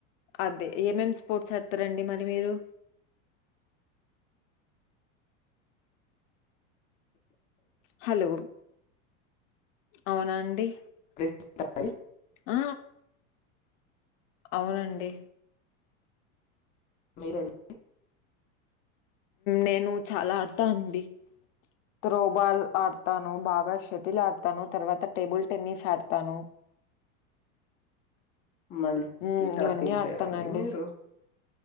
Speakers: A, on the left; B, on the left.
A: అదే ఏమం స్పోర్ట్స్ ఆడుతరండి మరి మీరు హలో అవునా అండి
B: చెప్పండి
A: ఆ అవునండి
B: మీరండి
A: నేను చాలా ఆడతానండి త్రోబాల్ ఆడతాను బాగా షటిల్ ఆడతాను తర్వాత టేబుల్ టెన్నిస్ ఆడతాను
B: మల్టీ
A: హ్మ్.
B: టాస్కింగ్
A: ఇవన్నీ
B: ప్లేయర్
A: ఆడతానండి.
B: అండి మీరు